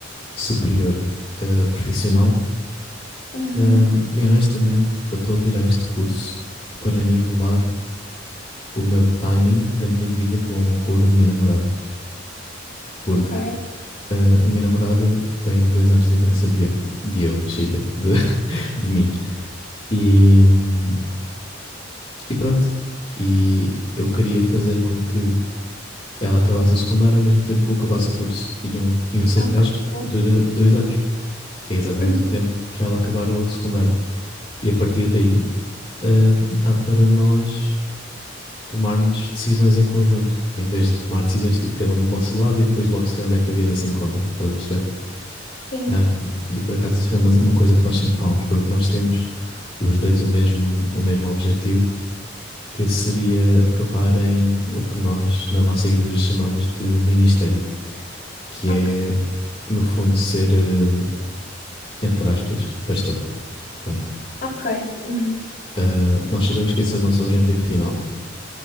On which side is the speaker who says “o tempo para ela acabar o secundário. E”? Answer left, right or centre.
Left